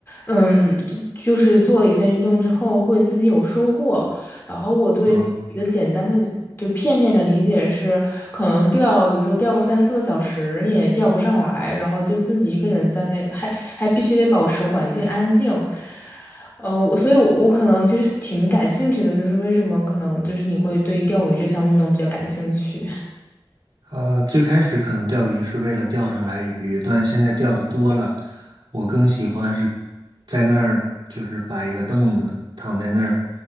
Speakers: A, on the left; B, on the right.
A: 嗯，做就是做了一些运动之后会自己有收获，然后我对。
B: 好，
A: 一个简单的就片面的理解是，可能钓，比如说钓个三四个小时也钓不上来，然后就自己一个人在那，还还必须得保持环境安静，嗯，呃我所以我我可能就是挺感兴趣的，就是为什么可能就是你会对钓鱼这项运动比较感兴趣？
B: 呃，最开始可能钓鱼是为了钓上来鱼，但现在钓的多了，我更喜欢是在那儿，就是摆一个凳子，躺在那儿